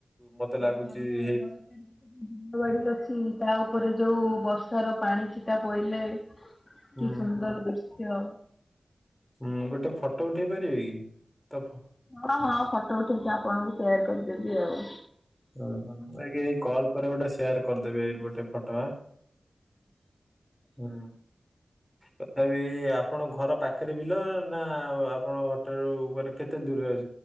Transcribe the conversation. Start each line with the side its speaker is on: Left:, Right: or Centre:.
Centre: ମତେ ଲାଗୁଛି
Left: ହଁ ଆମ
Centre: ହେଇ
Left: ଘର ଚାରିପଟେ ବିଲବାଡି ଅଛି। ତା ଉପରେ ଯୋଉ ବର୍ଷାର ପାଣି ଛିଟା ପଇଲେ
Centre: ହୁଁ
Left: କି ସୁନ୍ଦର ଦୁର୍ଶ ଇହ।
Centre: ହୁଁ ଗୋଟେ ଫଟ ଉଠେଇ ପାରିବେ କି ତ ଫ
Left: ହଁ ହଁ ଫଟ ଉଠଉଚି ଆପଣଙ୍କୁ ସେୟାର କରିଦେବି ଆଉ।
Centre: ଓହୋ ନାଁ କି ଏଇ କଲ୍ ପରେ ଗୋଟେ ସେୟାର୍ କରିଦେବେ ଏଇ ଗୋଟେ ଫଟ ଆଁ। ହୁଁ। ତଥାପି ଆପଣ ଘର ପାଖରେ ବିଲ ନାଁ ଆପଣଙ୍କ ଘର ଠାରୁ ମାନେ କେତେ ଦୂରରେ ଅ